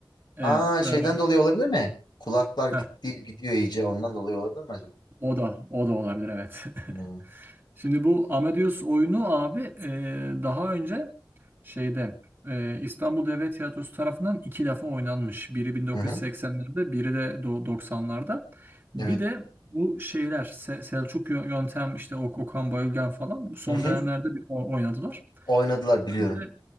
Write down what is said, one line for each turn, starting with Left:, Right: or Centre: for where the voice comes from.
Right: Evet,
Left: Ha şeyden
Right: e,
Left: dolayı olabilir mi? Kulaklar gitti,
Right: heh,
Left: gidiyor iyice ondan dolayı olabilir mi acaba?
Right: o da o da olabilir evet.
Left: Hmm.
Right: <laughs> Şimdi bu Amadeus oyunu abi e, daha önce şeyde e, İstanbul Devlet Tiyatrosu tarafından iki defa oynanmış. Biri 1980'lerde,
Left: Hı hı.
Right: biri de do- 90'larda. Bir
Left: Evet.
Right: de bu şeyler Se- Selçuk Yö- Yöntem işte Ok- Okan Bayülgen falan son
Left: Hı hı.
Right: dönemlerde bir o- oynadılar.
Left: Oynadılar biliyorum.
Right: Ben de-